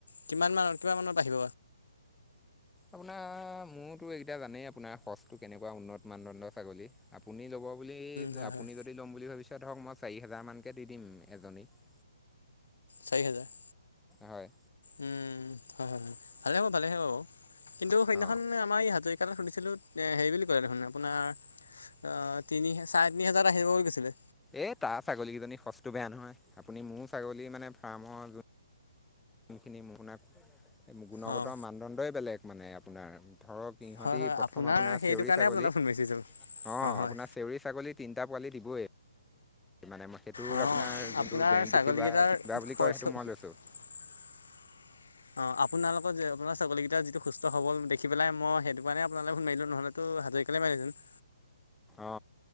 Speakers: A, on the left; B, in the centre.
A: কিমান মানত কিমান মানত আহিব।
B: আপোনাৰ মোৰতো এইকেইটা জানেই আপোনাৰ সচটো কেনেকোৱা উন্নত মানদণ্ডৰ ছাগলী আপুনি ল'ব বুলি
A: হয়
B: আপুনি
A: হয়
B: যদি ল'ম বুলি ভাবিছে ধওক মই চাৰি হোজাৰ মানকে দি দিম এজনীত।
A: চাৰি হেজাৰ
B: হয়
A: উম হয় হয় হয় ভালে হ'ব ভালে হব বাও কিন্তু সেইদিনাখন
B: অ'
A: আমাৰ এই হাজ টা শুধিছিলোঁ হেৰি বুলি ক'লে দেখোন আপোনাৰ আ তিনি চাৰে তিনি হোজাৰত আহিব বুলি কৈছিলে?
B: এই তাৰ ছাগলীকেইজনী সঁচটো বেয়া নহয় আপুনি মোৰ ছাগলী মানে ফাৰ্মৰ যোন কামখিনি আপোনাক গুণগত
A: অঁ
B: মানদণ্ডই বেলেগ মানে আপোনাৰ। ধৰক ইহঁতি
A: হয় হয়
B: প্ৰথম আপোনাৰ
A: সেইটো
B: চেউৰী
A: কাৰণে
B: ছাগলী
A: আপোনালৈ
B: অ
A: ফোন মাৰিছিলোঁ অঁ হয়
B: আপোনাৰ চেউৰী ছাগলী তিনিটা পোৱালি দিবই। মানে মই সেইটোৰ
A: অঁ
B: আপোনাৰ যোনটো
A: আপোনাৰ
B: গেৰেণ্টি
A: ছাগলীকেইটাৰ
B: বা কিবা বুলি
A: খৰচ
B: কয় সেইটো মই লৈছো?
A: <unintelligible> অ আপোনালোকৰ যে আপোনাৰ ছাগলী কেইটা যিটো সুস্থ হবল দেখি পাই মই সেইটো কাৰণে আপোনালে ফোন মাৰিলো নহলেতো? হাজৰিকালে মাৰিলোহেতেন
B: অ